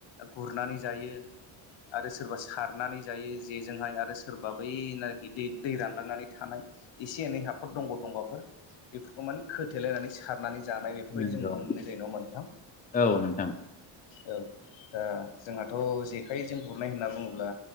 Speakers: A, on the left; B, on the left.
A: गुरनानै जायो आरो सोरबा सारनानै जायो जेजोंहाय आरो सोरबा बै ना गिदिर। दै रानलांनानै थानाय एसे एनै हाखर दंग' दंग'फोर बेफोरखौ माने खोथेलायनानै सो खारनानै जानाय बेफोरबायदि
B: नंगौ
A: जों नुनो मोननाय जायो ना नोंथां।
B: औ नोंथां
A: औ दा जोंहाथ' जेखाइजों गुरनाय होनना बुङोब्ला